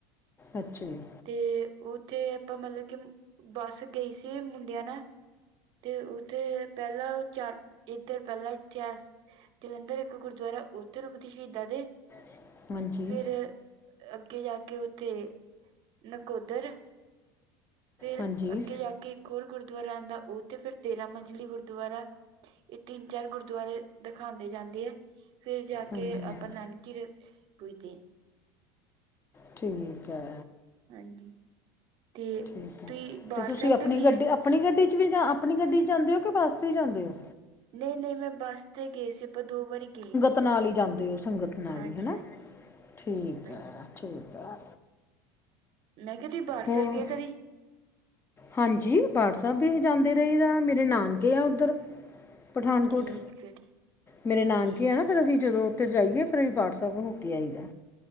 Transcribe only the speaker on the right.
ਤੇ ਉੱਥੇ ਆਪਾਂ ਮਤਲਬ ਕਿ ਬੱਸ ਗਈ ਸੀ ਮੁੰਡਿਆਂ ਨਾਲ। ਤੇ ਉੱਥੇ ਪਹਿਲਾਂ ਚਾਰ ਇੱਧਰ ਪਹਿਲਾਂ ਇਤਹਾਸ ਜਲੰਧਰ ਇੱਕ ਗੁਰਦੁਆਰਾ ਉੱਥੇ ਰੁਕਦੀ ਸ਼ਹੀਦਾਂ ਦੇ
ਫਿਰ ਅੱਗੇ ਜਾ ਕੇ ਉੱਥੇ ਨਕੋਦਰ। ਫੇਰ
ਅੱਗੇ ਜਾ ਕੇ ਇੱਕ ਹੋਰ ਗੁਰਦੁਆਰਾ ਆਉਂਦਾ ਉਹ ਤੇ ਫੇਰ ਤੇਰਾ ਮੰਜਲੀ ਗੁਰਦੁਆਰਾ ਇਹ ਤਿੰਨ ਚਾਰ ਗੁਰਦੁਆਰੇ ਦਿਖਾਦੇ ਜਾਂਦੇ ਆ। ਫੇਰ ਜਾ
ਕੇ ਆਪਾਂ ਨਾਨਕੀ ਦੇ ਪੁੱਜਦੇ ਆ।
ਹਾਂਜੀ ਤੇ
ਤੁਸੀਂ ਬਾਰ
ਸਾਹਿਬ
ਵੀ ਗਏ
ਆ।
ਨਹੀਂ ਨਹੀਂ ਮੈਂ ਬੱਸ ਤੇ ਗਏ ਸੀ ਆਪਾਂ ਦੋ ਵਾਰੀ ਗਏ।
ਹਾਂਜੀ
ਹਾਂਜੀ
ਹਾਂਜੀ
ਮੈਂ ਕਿਹਾ ਤੁਸੀਂ ਬਾਠ
ਸਾਹਿਬ ਗਏ ਕਦੀ।
ਠੀਕ ਹੈ ਜੀ
ਠੀਕ